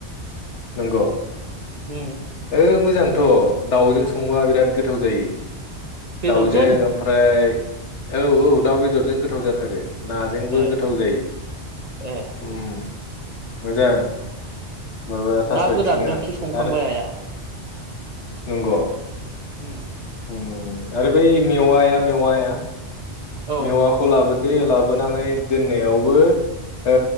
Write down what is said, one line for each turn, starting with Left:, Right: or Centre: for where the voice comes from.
Left: नंगौ
Right: उम
Left: ओ मोजांथ' दाउजों संबा बिराद गोथाव जायो
Right: बेदरजों
Left: दाउजों ओमफ्राय औ औ दाउ बेदरजों गोथाव जाथारो। नाजोंबो
Right: ए
Left: गोथाव जायो
Right: ए
Left: उम। मोजां। ओ थास'आइथिङा
Right: ना गोरानजोंसो संखांबाय
Left: आरो
Right: आइया
Left: नंग'
Right: उम
Left: उम आरो बै मेवाया मेवाया
Right: औ ओ
Left: मेवाखौ लाबो दो लाबोनानै दोन नायावबो ओ